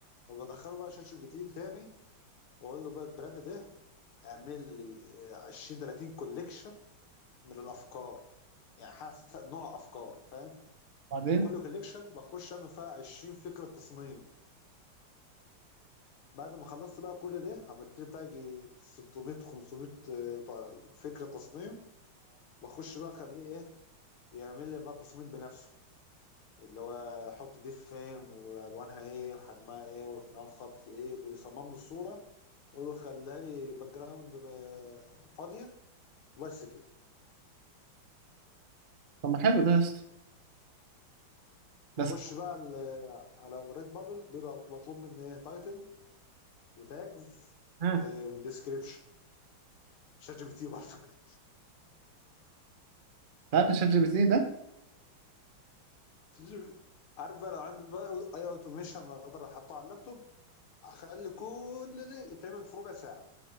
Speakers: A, on the left; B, on the right.
A: وبدخله بقى شات جي بي تي تاني واقول له بقى البراند ده اعمل لي آه، 20 30 كوليكشن من الافكار يعني حسب نوع افكاري فاهم
B: بعدين
A: وكل كوليكشن بخش اعمل فيها 20 فكره تصميم بعد ما خلصت بقى كل ده عملت لي بتاع يجي 600 500 آه، ط- فكره تصميم بخش بقى اخليه ايه يعمل لي بقى تصميم بنفسه اللي هو حط دي فين والوانها ايه وحجمها ايه وخناقه الخط ايه ويصمم له الصوره يقول له خليها لي باك جراوند ب- فاضيه وبس كده
B: طب ما حلو ده يا اسطى بس
A: بخش بقى ال- على ريد بابل بيبقى مطلوب مني ايه تايتل وتاجز
B: ها
A: وديسكريبشن
B: انت
A: شات جي بي تي برضه <laughs>
B: عارف الشات جي بي تي ده
A: شات جي بي تي. عارف بقى لو عندي بقى اي اوتوميشن اقدر احطه على اللابتوب اخلي كل ده يتعمل في ربع ساعه